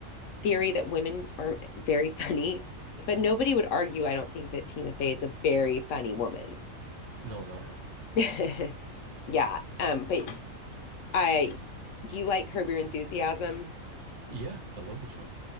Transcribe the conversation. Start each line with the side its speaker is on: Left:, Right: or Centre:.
Left: theory that women aren't very funny, but nobody would argue, I don't think that Tina Fey is a very funny woman.
Right: No, not at all.
Left: <laughs> Yeah. Um but I do you like Curb Your Enthusiasm?
Right: Yeah, I love the show.